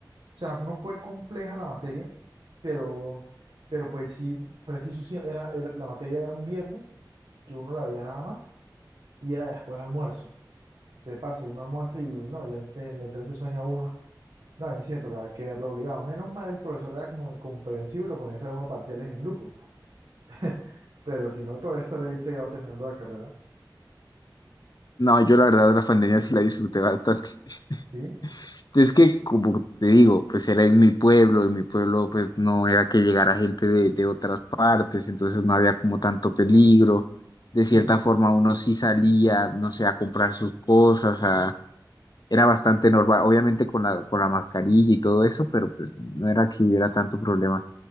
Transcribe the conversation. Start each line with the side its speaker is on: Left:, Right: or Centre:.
Right: sea, no fue compleja la materia, pero, pero pues sí, preciso, sí, era, era- la materia era un viernes, que uno la veía nada más, y era después almuerzo, te parce, uno almuerzo y no, ya te- le entra ese sueño a uno, no, a mí sí me tocaba quedarlo obligado, menos mal el profesor era como comprensivo y lo ponía a hacer a uno parciales en grupo <laughs> Pero si no, todavía estaré ahí pegado terminando la carrera.
Left: No, yo la verdad la pandemia sí la disfruté bastante. <laughs>
Right: ¿Sí?
Left: Es que, como te digo, pues era en mi pueblo, en mi pueblo pues no era que llegara gente de, de otras partes, entonces no había como tanto peligro. De
Right: Sí.
Left: cierta forma uno sí salía, no sé, a comprar sus cosas, a- era bastante normal, obviamente con la, con la mascarilla y todo eso, pero pues no era que hubiera tanto problema.